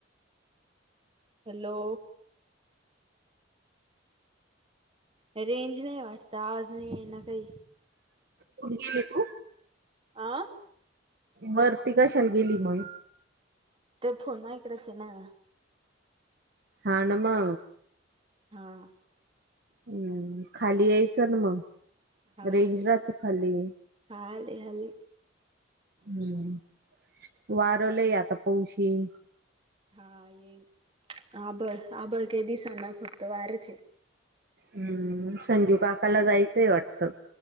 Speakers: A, on the right; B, on the right.
A: हॅलो, रेंज नाही वाटतं. आवाज नाही येईना काही.
B: कुठ गेली तू?
A: आं,
B: वरती कशाला गेली मग?
A: ते फोन ना इकडच हे ना,
B: हा न म
A: हा,
B: हम्म, खाली यायचं न मग
A: हा
B: रेंज
A: आले.
B: राहते खाली.
A: हा आले आले.
B: हम्म, वार लंय आता पाऊस येईल.
A: हा ये आभळ आभळ काय दिसना फक्त वारंच आहे.
B: हम् संजू काकाला जायचंय वाटतं.